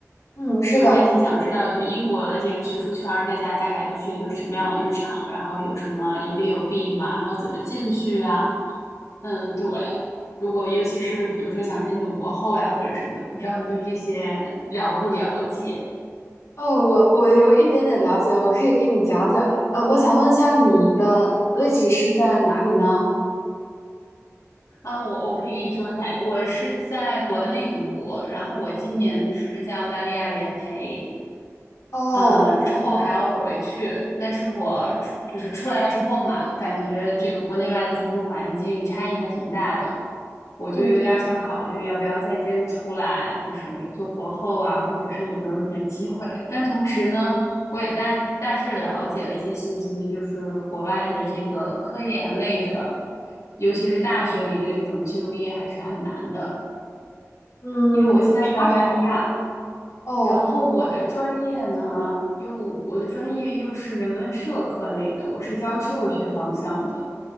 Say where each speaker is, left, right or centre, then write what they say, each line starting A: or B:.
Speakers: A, on the left (about 70°); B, on the left (about 80°).
A: 嗯，是的，
B: 就我也挺想知道，就是英国的这个学术圈儿，大家大概都是一个什么样的日常，然后有什么有利有弊嘛，然后怎么进去啊？嗯，对。如果尤其是比如说想申请博后呀或者什么的，不知道你对这些了不了解
A: 哦，我我有一点点了解，我可以跟你讲讲。呃，我想问一下你的位置是在哪里呢？
B: 啊？我我可以跟你说一下，我是在国内读博，然后我今年是在澳大利亚联培，
A: 哦，
B: 呃，之后还要回去，但是我出就是出来之后嘛，感觉这个国内外的学术环境差异还挺大的，我就有点儿想考虑要不要再接着出来，
A: 嗯
B: 就是做博后啊，或者是有没有什么机会。但同时呢，我也大大致了解了一些信息，就是国外的这个科研类的，尤其是大学里的这种就业还是很难的，
A: 嗯，
B: 因为我现在在澳大利亚。
A: 还好。哦，
B: 然后我的专业呢，又我的专业又是人文社科类的，我是教育社会学方向的，